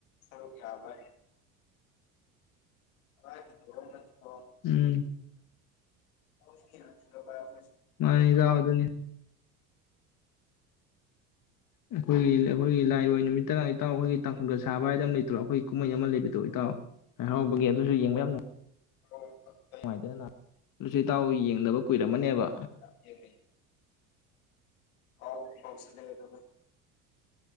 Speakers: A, on the left (about 80°); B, on the left (about 50°).
A: ꯁꯔꯨꯛ ꯌꯥꯕ <unintelligible>
B: ꯎꯝ
A: <unintelligible>
B: ꯉꯂꯤꯗ ꯑꯗꯨꯅꯤ ꯑꯩꯈꯣꯏꯒꯤ ꯑꯩꯈꯣꯏꯒꯤ ꯂꯥꯏꯔꯣꯏ ꯅꯨꯃꯤꯠꯇ ꯏꯇꯥꯎ ꯍ‌ꯣꯏꯒꯤ ꯇꯥꯡꯈꯨꯜꯒ ꯁꯥꯕ ꯍꯥꯏꯗ ꯑꯃ ꯂꯩꯇ꯭ꯔꯣ ꯑꯩꯈꯣꯏ ꯀꯨꯝꯍꯩ ꯑꯃ ꯂꯩꯕꯗꯣ ꯏꯇꯥꯎ ꯍꯔꯥꯎꯕꯒꯤ ꯑꯗꯨꯁꯨ ꯌꯦꯕ ꯌꯥꯝ ꯅꯨ
A: ꯑꯣ
B: ꯅꯨꯡꯉꯥꯏꯇꯅ ꯂꯥꯛ ꯑꯗꯨꯁꯨ ꯏꯇꯥꯎ ꯌꯦꯡꯗꯕ ꯀꯨꯏꯔꯝꯃꯅꯦꯕ
A: <unintelligible> ꯀꯥꯎ ꯕꯨ ꯀꯥꯎꯁꯤ ꯂꯛ ꯑꯦꯗ ꯚꯥꯏ